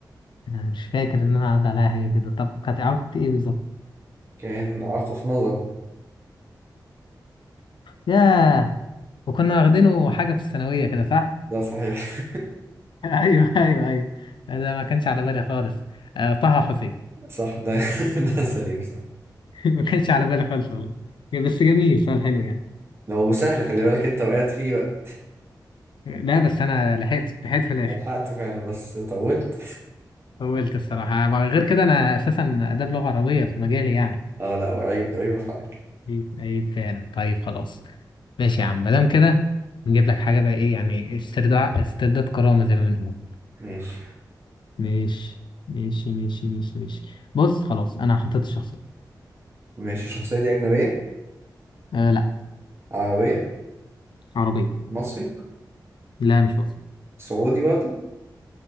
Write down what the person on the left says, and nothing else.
أنا مش فاكر إن أنا عدى عليها هي كده طب كانت إعاقة إيه بالظبط
ياه وكنا واخدينه حاجة في الثانوية كده صح
<laughs> ايوه ايوه ايوه انا ما كانش على بالي خالص آه طه حسين
<laughs> ما كانش على بالي خالص والله بس جميل سؤال حلو يعني
لا بس انا لحقت لحقت في الاخر
طولت الصراحه مع- غير كده انا اساسا اداب لغه عربيه في مجالي يعني
عيب عيب فعلا طيب خلاص ماشي يا عم ما دام كده نجيب لك حاجه بقى ايه يعني استرداد استرداد كرامه زي ما بنقول
ماشي ماشي ماشي ماشي ماشي بص خلاص انا حطيت الشخصيه
آه لا
عربيه
لا مش مصري